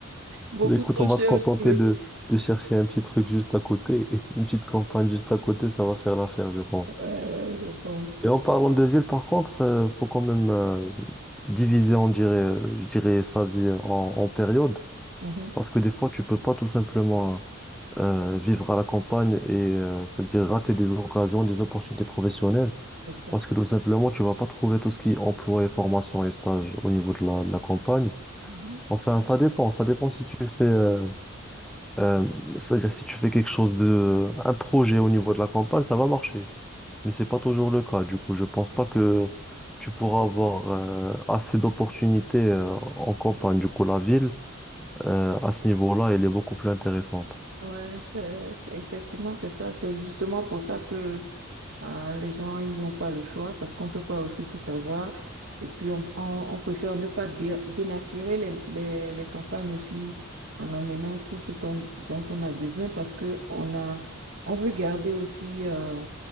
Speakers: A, on the right; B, in the centre.
A: Beaucoup
B: Mais Écoute,
A: trop
B: on
A: cher
B: va se contenter
A: pour le
B: de, de chercher un petit truc juste à côté, <laughs> une petite campagne juste à côté, ça va faire l'affaire, je pense.
A: faire. Ouais, ouais, je pense.
B: Et en parlant de ville, par contre, euh, faut quand même euh, diviser, on dirait, euh, je dirais, sa vie en, en périodes,
A: Mhm.
B: parce que des fois, tu peux pas tout simplement euh, vivre à la campagne et euh, c'est-à-dire rater des occasions, des opportunités professionnelles,
A: Exact.
B: parce que tout simplement, tu vas pas trouver tout ce qui est emploi et formation et stage au niveau de la, de la campagne.
A: Mhm.
B: Enfin, ça dépend, ça dépend si tu fais, euh, euh, c'est-à-dire si tu fais quelque chose de, un projet au niveau de la campagne, ça va marcher mais c'est pas toujours le cas. Du coup, je pense pas que tu pourras avoir euh, assez d'opportunités euh, en campagne. Du coup, la ville, euh, à ce niveau-là, elle est beaucoup plus intéressante.
A: Ouais, c'est, c'est- effectivement, c'est ça. C'est justement pour ça que Ah, les gens, ils n'ont pas le choix parce qu'on ne peut pas aussi tout avoir. Et puis, on, on- on préfère ne pas dé- dénaturer les, les- les campagnes aussi en amenant tout ce ton- dont on a besoin parce que on a, on veut garder aussi, euh,